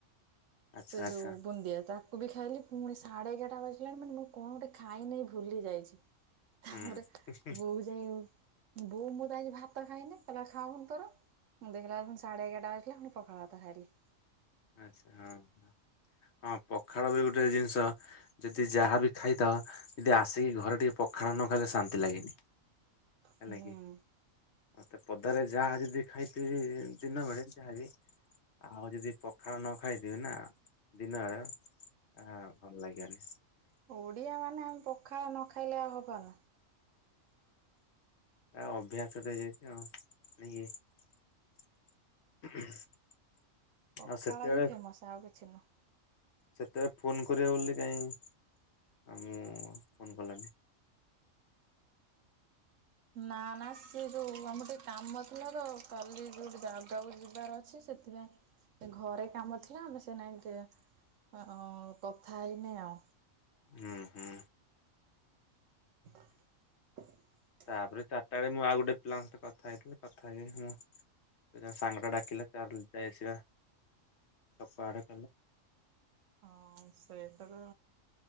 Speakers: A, on the left (about 60°); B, on the right (about 75°).
A: ଆଚ୍ଛା
B: ସେ
A: ଆଚ୍ଛା
B: ଯୋଉ ବୁନ୍ଦିଆ ତା କ ବି ଖାଇଲି, ପୁଣି ସାଢେ ଏଗାରଟା ବାଜିଲାଣି, ମାନେ ମୁଁ କଣ ଗୋଟେ ଖାଇନାଇ ଭୁଲି ଯାଇଛି। ତାପରେ
A: ହୁଁ ହଁ।
B: ବଉ ଯାଇ ବୋଉ ମୁଁ ତ ଆଜି ଭାତ ଖାଇନି, କହିଲା ଖାାଉନୁ, ତୋର ମୁଁ ଦେଖିଲା, ବେଳକୁ ସାଢେ ଏଗଟା ପୁଣି, ପଖାଳ ଭାତ ଖାଇଲି।
A: ଆଛା, ହଁ, ହଁ ପଖାଳ ବି ଗୋଟେ ଜିନିଷ, ଯଦି ଯାହା ବି ଖାଇଥା ଯଦି ଆସିକି, ଘରେ ଟିକେ ପଖାଳ ନ ଖାଇଲେ ଶାନ୍ତି ଲାଗେନି। ହେଲେ
B: ହୁଁ
A: କିି ମତେ ପଦାରେ ଯାହା ଯଦି ଖାଇଥିବି ଦିନ ବେଳେ ଯାହାକି ଆଉ ଯଦି ପଖାଳ ନ ଖାଇଥିବି ନା ଦିନ ବେଳେ ଆ ଭଲ ଲାଗିବନି।
B: ଓଡିଆ ମାନେ ଆମେ ପଖାଳ ନ ଖାଇଲେ ଆଉ ହବ୍ <unintelligible>
A: ଆ ଅଭ୍ୟାସଟେ ହେଇଯାଇଚି ଆଉ। <unintelligible> <unintelligible>
B: ପଖାଳ
A: ଆଉ ସେତେବେଳେ
B: ହିଁ ଫେମସ ଆଉ କିଛି ନୁହଁ।
A: ସେତେବେଳେ ଫୋନ୍ କରିବ ବୋଲି କାଇଁ ଆ ମୁଁ ଫୋନ୍ କଲାନି।
B: ନା ନା ସିଏ ଯୋଉ ଆମର ଟିକେ କାମ ଥିଲା ତ କାଲି ଯୋଉ ଜାଗାକୁ ଯିବାର ଅଛି ସେଥିପାଇଁ ଘରେ କାମ ଥିଲା ଆମେ ସେ ନାଇଁ ଟିକେ ଅଁ କଥା ହେଇନି ଆଉ।
A: ହୁଁ ହୁଁ।
B: <unintelligible>
A: ତାପରେ ଚାରିଟା ବେଳେ ମୁଁ ଆଉ ଗୋଟେ ପିଲାଙ୍କ ସହିତ କଥା ହେଇଥିଲି କଥା ହେଇକି ମୁଁ ଜଣେ ସାଙ୍ଗଟେ ଡାକିଲେ ଚାଲ ଯାଇ ଆସିବା ଛକ ଆଡେ
B: ହଁ ସ୍ଵେଟର